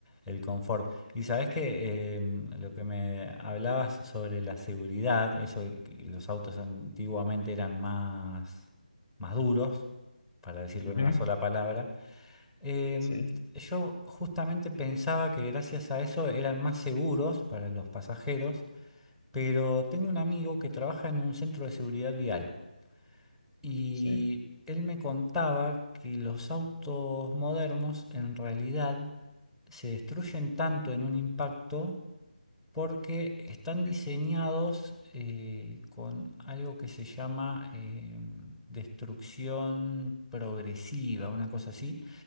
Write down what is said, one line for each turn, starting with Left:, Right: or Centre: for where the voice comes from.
Centre: el confort. Y sabes que em, lo que me hablabas sobre la seguridad, eso de que los autos antiguamente eran más, más duros, para decirlo
Left: Ujú,
Centre: en una sola palabra. Em,
Left: Sí,
Centre: yo justamente pensaba que gracias a eso eran más seguros para los pasajeros, pero tengo un amigo que trabaja en un centro de seguridad vial y
Left: sí,
Centre: él me contaba que los autos modernos en realidad se destruyen tanto en un impacto porque están
Left: ujú,
Centre: diseñados eh, con algo que se llama eh, destrucción progresiva, una cosa así,